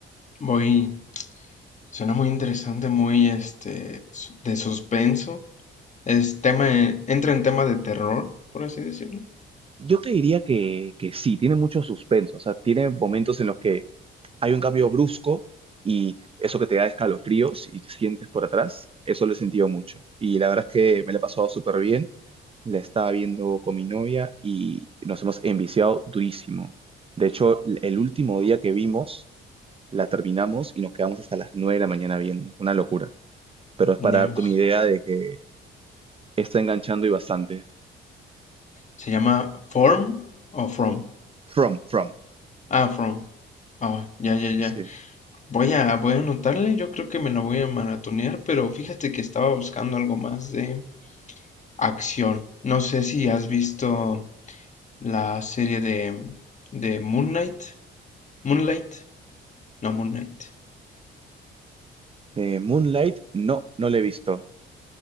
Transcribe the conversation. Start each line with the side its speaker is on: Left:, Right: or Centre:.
Left: Muy, suena muy interesante, muy este su- de suspenso. Es tema, de- entra en tema de terror, por así decirlo.
Right: Yo te diría que, que sí, tiene mucho suspenso, o sea, tiene momentos en los que hay un cambio brusco y eso que te da escalofríos y te sientes por atrás, eso lo he sentido mucho. Y la verdad es que me la he pasado súper bien, la estaba viendo con mi novia y nos hemos enviciado durísimo. De hecho, l- el último día que vimos, la terminamos y nos quedamos hasta las 9 de la mañana viendo. Una locura. Pero es para
Left: Dios.
Right: darte una idea de que está enganchando y bastante.
Left: ¿Se llama Form o From?
Right: From, from.
Left: Ah, From. Ah, ya, ya,
Right: Sí.
Left: ya. Voy a, voy a anotarle, yo creo que me la voy a maratonear, pero fíjate que estaba buscando algo más de acción. No sé si has visto la serie de, de Moon Knight. Moonlight, no Moon Knight.
Right: Eh, Moonlight, no, no la he visto.